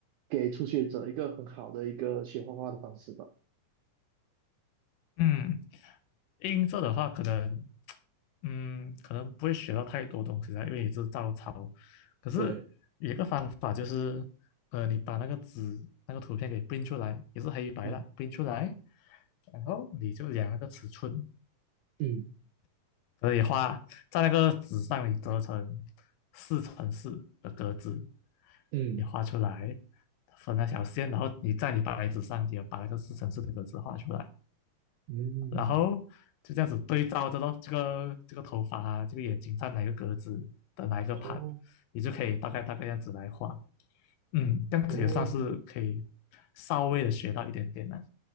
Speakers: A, on the right (about 85°); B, on the left (about 80°).
A: 给初学者一个很好的一个学画画的方式吧。
B: 嗯，音色的话可能，嗯，可能不会学到太多东西啦，因为也是照抄。可是有一个方法就是，
A: 对，
B: 呃，你把那个纸那个图片给 p i n 出来，也是黑白的
A: 嗯
B: p i n 出来，然后你就量那个尺寸，
A: 嗯
B: 可以画在那个纸上，你折成四乘四的格子，
A: 嗯
B: 你画出来，分那条线，然后你在你白纸上也把那个四乘四的格子画出来，
A: 嗯，
B: 然后就这样子对照着咯，这个这个头发啊，这个眼睛在哪个格子的哪一个盘，
A: 哦
B: 你就可以大概大概样子来画，嗯，这样子也算是可以稍微的学到一点点了，
A: 哦，